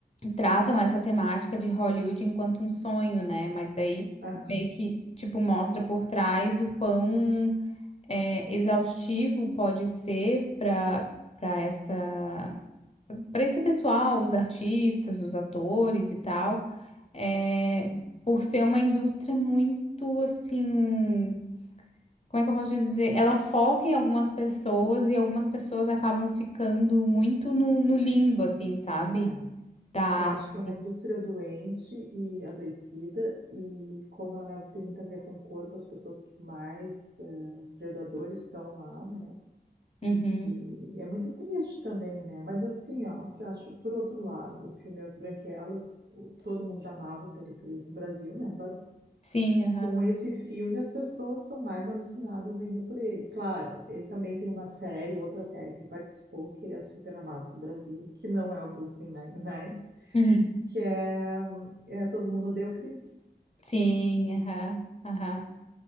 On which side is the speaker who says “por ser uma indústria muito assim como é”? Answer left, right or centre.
Left